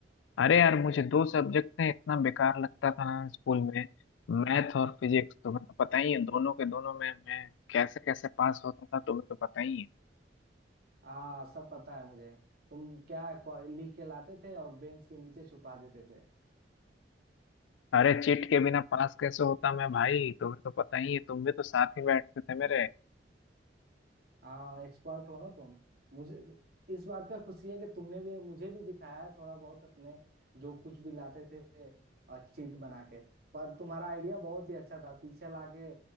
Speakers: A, on the left; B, on the right.
A: अरे यार मुझे दो सब्जेक्ट में इतना बेकार लगता था ना स्कूल में मैथ और फिजिक्स तुम्हें तो पता ही है दोनों के दोनों में मैं कैसे कैसे पास होता था तुम्हें तो पता ही है
B: हाँ सब पता है मुझे तुम क्या को- लिख के लाते थे और बेंच के नीचे छुपा देते थे
A: अरे चिट के बिना पास कैसे होता मैं भाई तुम्हें तो पता ही है तुम भी तो साथ ही बैठते थे मेरे
B: हाँ एक्सपर्ट हो ना तुम मुझे इस बात का खुशी है कि तुमने भी मुझे भी दिखाया है थोड़ा बहुत अपने जो कुछ भी लाते थे और चीट बना के पर तुम्हारा आइडिया बहुत ही अच्छा था पीछे लाके